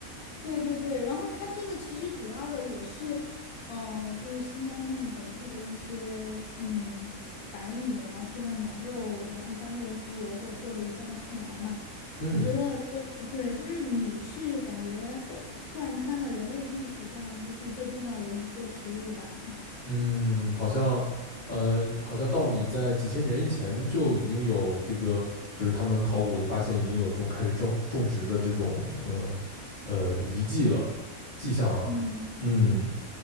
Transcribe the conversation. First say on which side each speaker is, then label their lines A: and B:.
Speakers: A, on the left (about 80°); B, on the left (about 50°).
A: 对对对，然后它这个其实主要的也是，呃，就是新疆他们本地的一些嗯白米，然后配上羊肉，然后当地的胡萝卜做的一道菜肴嘛。
B: 嗯。
A: 我觉得这对，就是米是感觉贯穿了人类历史上就是最重要的一个食物吧。
B: 嗯，好像，呃，好像稻米在几千年以前就已经有这个，就是他们考古的发现已经有这种开始种种植的这种，嗯、呃，遗迹了，迹象了。
A: 嗯嗯，
B: 嗯